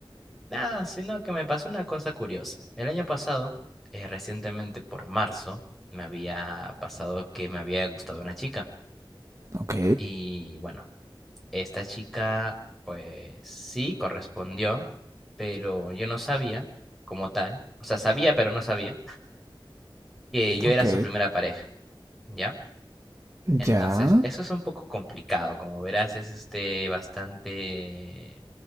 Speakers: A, in the centre; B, on the right.
A: nada, sino que me pasó una cosa curiosa. El año pasado, eh, recientemente por marzo, me había pasado que me había gustado una chica.
B: Ok,
A: Y bueno, esta chica sí correspondió, pero yo no sabía como tal, o sea, sabía pero no sabía que yo era
B: ok.
A: su primera pareja, ¿ya? Entonces,
B: Ya.
A: eso es un poco complicado, como verás, es este bastante